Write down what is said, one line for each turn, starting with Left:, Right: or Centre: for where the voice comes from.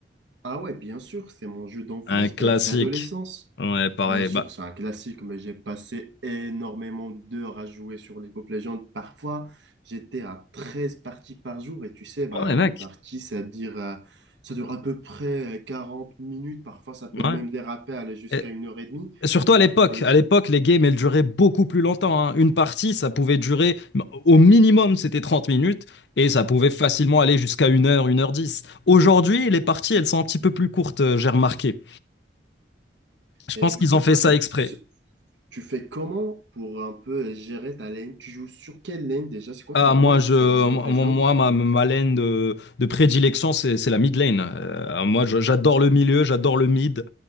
Right: Ah ouais, bien sûr, c'est mon jeu d'enfance
Left: Un classique.
Right: et d'adolescence.
Left: Ouais, pareil.
Right: Bien sûr,
Left: Bah,
Right: c'est un classique, mais j'ai passé énormément d'heures à jouer sur League of Legends. Parfois, j'étais à 13 parties par jour et tu sais, bah,
Left: ouais, mec.
Right: une partie, ça à dire euh, ça dure à peu près euh, 40 minutes. Parfois, ça peut
Left: Ouais.
Right: même déraper, aller jusqu'à
Left: Et,
Right: une heure et demie.
Left: et surtout à l'époque.
Right: Et,
Left: À
Right: j-
Left: l'époque, les games, elles duraient beaucoup plus longtemps. hein. Une partie, ça pouvait durer, au minimum, c'était 30 minutes. Et ça pouvait facilement aller jusqu'à une heure, une heure dix. Aujourd'hui, les parties, elles sont un petit peu plus courtes, euh, j'ai remarqué. Je
Right: et
Left: pense
Right: du
Left: qu'ils
Right: coup,
Left: ont fait
Right: toi,
Left: ça
Right: c'est,
Left: exprès.
Right: c'est- tu fais comment pour un peu gérer ta lane? Tu joues sur quelle lane déjà? C'est quoi
Left: Ah,
Right: ton rôle
Left: moi, je,
Right: sur
Left: mo-
Right: League of Legends?
Left: moi ma, ma lane de, de prédilection, c'est c'est la mid lane. Euh, moi, je- j'adore le milieu, j'adore le mid.